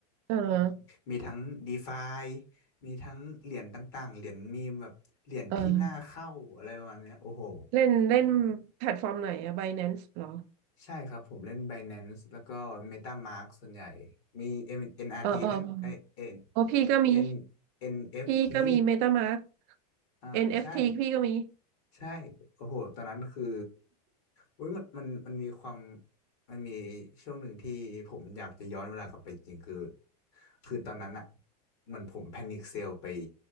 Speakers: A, on the right (about 35°); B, on the left (about 45°).
A: เออ
B: มีทั้ง DeFi มีทั้งเหรียญต่างๆเหรียญมีมแบบเหรียญที่น่าเข้าอะไรประมาณเนี้ยโอ้โห
A: เออ เล่นเล่นแพลตฟอร์มไหนอะ Binance เหรอ
B: ใช่ครับผมเล่น Binance แล้วก็ MetaMask ส่วนใหญ่มีเอ็มเอ็นอาร
A: เออเออ
B: n ทีด้วยไอเอ็
A: เออพี่ก็มี
B: น N NFT อนเอฟที
A: พี่ก็มี MetaMask
B: อ่าใช่
A: NFT พี่ก็มี
B: ใช่โอ้โหตอนนั้นคือ อุ้ยมันมันมันมีความมันมีช่วงหนึ่งที่ผมอยากจะย้อนเวลากลับไปจริงคือคือตอนนั้นอะเหมือนผมแพนิคเซลไป